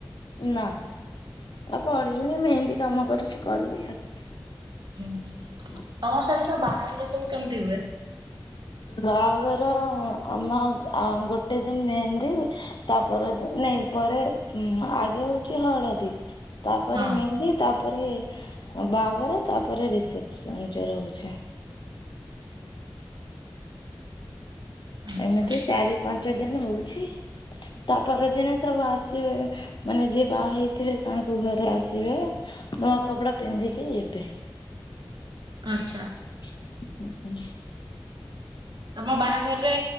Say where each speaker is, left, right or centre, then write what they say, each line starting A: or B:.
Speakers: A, on the left; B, on the right.
A: ନା ଆଉ ପଢିବିନି ମୁଁ ମେହେନ୍ଦି କାମ କରୁଛି କରିବି ଆଉ।
B: ହୁଁ।
A: ହଁ
B: ତମ ସିଆଡେ ସବୁ ବାହାଘର ସବୁ କେମିତି ହୁଏ?
A: ବାହାଘର ଆମ ଆ ଗୋଟେ ଦିନ ମେହେନ୍ଦୀ। ତାପ ନାଇଁ ପରେ ଆଗେ ହେଉଛି ହଳଦୀ। ତାପରେ
B: ହଁ
A: ମେହେନ୍ଦି ତାପରେ ବାହାଘର ତାପରେ ରିଷିପ୍ ସଞଜର ରହୁଛେ।
B: ଆଚ୍ଛା
A: ଏମିତି ଚାରି ପାଞ୍ଚ ଦିନ ହଉଛି ତାପଦିନେ ସବୁ ଆସିବେ। ମାନେ ଯିଏ ବାହା ହେଇଥିବେ ତାଙ୍କୁ ଘରେ ଆସିବେ ନୂଆ କପଡା ପିନ୍ଧିକି ଯିବେ।
B: ଆଚ୍ଛା।
A: ହଁ ହୁଁ
B: ଆମ ବାହାଘର ରେ